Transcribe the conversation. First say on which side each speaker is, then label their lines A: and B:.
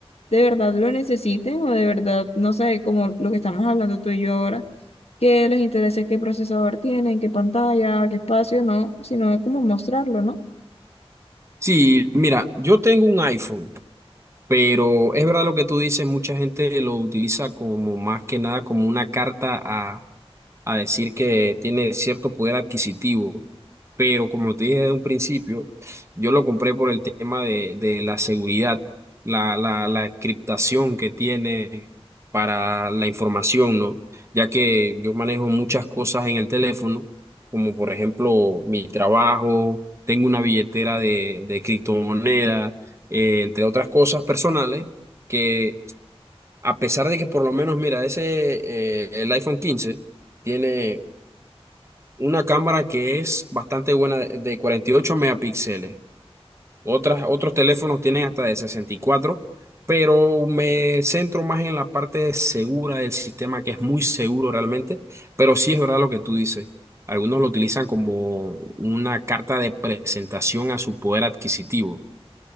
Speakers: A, on the left (about 75°); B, on the right (about 25°).
A: de verdad lo necesiten o de verdad, no sé, como lo que estamos hablando tú y yo ahora, que les interese qué procesador tienen, qué pantalla, qué espacio, no, sino como mostrarlo, ¿no?
B: Sí, mira, yo tengo un iPhone, pero es verdad lo que tú dices, mucha gente lo utiliza como más que nada como una carta a decir que tiene cierto poder adquisitivo, pero como te dije de un principio, yo lo compré por el tema de, de la seguridad, la, la, la encriptación que tiene para la información, ¿no? Ya que yo manejo muchas cosas en el teléfono, como por ejemplo mi trabajo, tengo una billetera de, de criptomoneda, eh, entre otras cosas personales, que a pesar de que por lo menos, mira, ese, eh, el iPhone 15 tiene una cámara que es bastante buena de de 48 megapíxeles. Otras, otros teléfonos tienen hasta de sesenta y cuatro pero me centro más en la parte segura del sistema, que es muy seguro realmente. Pero sí es verdad lo que tú dices. Algunos lo utilizan como una carta de presentación a su poder adquisitivo.